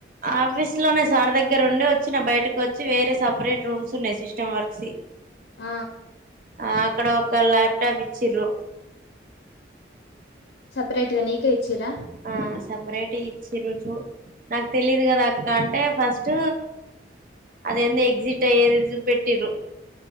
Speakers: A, on the right (about 45°); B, on the left (about 85°).
A: ఆఫీస్ లోనే సార్ దగ్గర ఉండి వచ్చి నా బయటకు వచ్చి వేరే సపరేట్ రూమ్స్ ఉన్నాయి సిస్టమ్ వర్క్స్
B: ఆ
A: ఆ అక్కడ ఒక ల్యాప్టాప్ ఇచ్చిరు
B: సపరేట్ గా నీకే చిరా
A: ఆ సపరేట్ ఇచ్చిరు చూ నాకు తెలియదు కదా అక్క అంటే ఫస్ట్ అదేంది ఎగ్జిట్ అయ్యేది చూపెట్టిరు